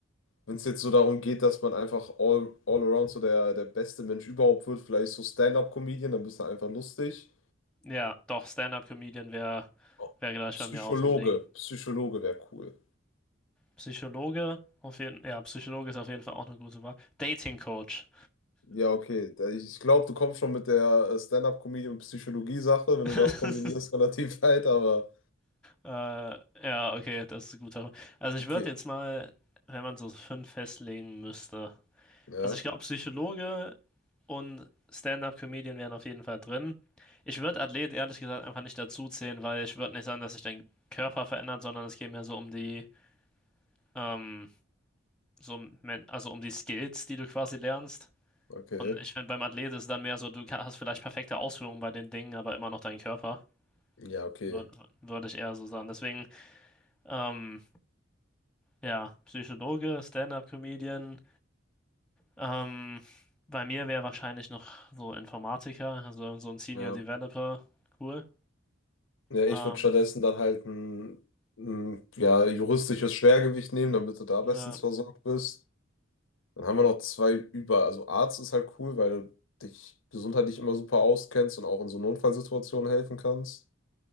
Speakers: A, on the left (about 85°); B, in the centre.
A: wenn es jetzt so darum geht, dass man einfach all, all around so der, der beste Mensch überhaupt wird, vielleicht so Stand-up-Comedian, dann bist du einfach lustig.
B: ja, doch, Stand-up-Comedian wäre
A: Oh,
B: wär gleich
A: Psychologe,
B: bei mir auch so ein Ding.
A: Psychologe wäre cool.
B: Psychologe, auf jeden, ja, Psychologe ist auf jeden Fall auch eine gute Wahl. Dating-Coach.
A: Ja, okay. da- Ich glaube, du kommst schon mit der äh, Stand-up-Comedy und Psychologie-Sache, wenn
B: <laughs>
A: du das kombinierst, <laughs> relativ weit, aber
B: Äh, ja, okay, das ist ein guter. Also ich
A: okay.
B: würde jetzt mal, wenn man so fünf festlegen müsste.
A: Ja,
B: Also ich glaube, Psychologe und Stand-up-Comedian wären auf jeden Fall drin. Ich würde Athlet ehrlich gesagt einfach nicht dazu zählen, weil ich würde nicht sagen, dass sich dein Körper verändert, sondern es geht mehr so um die, ähm, so um, men- also um die Skills, die du quasi lernst.
A: okay.
B: Und ich finde, beim Athlet ist es dann mehr so, du ka- hast vielleicht perfekte Ausführungen bei den Dingen, aber immer noch deinen Körper.
A: Ja, okay.
B: Würde würd würd ich eher so sagen. Deswegen, ähm, Ja, Psychologe, Stand-up-Comedian. Ähm, bei mir wäre wahrscheinlich noch so Informatiker, also so ein Senior
A: Ja.
B: Developer. Cool.
A: Ja,
B: Ähm,
A: ich würde stattdessen dann halt ein, ein ja, juristisches Schwergewicht nehmen, damit du da
B: ne,
A: bestens versorgt bist. Dann haben wir noch zwei über. Also Arzt ist halt cool, weil du dich gesundheitlich immer super auskennst und auch in so Notfallsituationen helfen kannst.